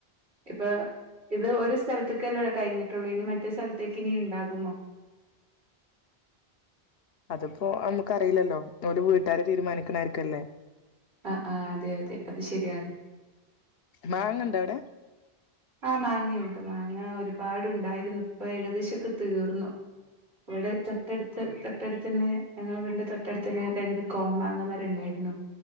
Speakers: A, on the right; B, on the left.
A: ഇപ്പൊ ഇത് ഒര് സ്ഥലത്തേക്ക് അല്ലേ കയിഞ്ഞിട്ടോള്ളൂ ഇനി മറ്റേ സ്ഥലത്തേക്ക് ഇനി ഇണ്ടാകുമോ
B: അത് ഇപ്പോ ഞമ്മക്ക് അറിയില്ലല്ലോ ഒര് വീട്ടാരാര് തീരുമാനിക്കണാമാരി അല്ലേ
A: ആഹ് ആഹ് അതെ അതെ അത് ശ രിയാണ്
B: മാങ്ങ ഉണ്ടേ അവിടെ
A: ആഹ് മാങ്ങ ഉണ്ട് മാങ്ങ ഒരുപാട് ഉണ്ടായിരുന്നു ഇപ്പൊ ഏകദേശം ഒക്കെ തീർന്നു ഇവടെ തൊട്ടാട്ത്ത് തൊട്ടാട്ത്ത് ഞങ്ങളേ വീടിന്റെ തൊട്ടട്ത്തതന്നെ രണ്ട് കോമാങ്ങമാര ഉണ്ടായിരുന്നു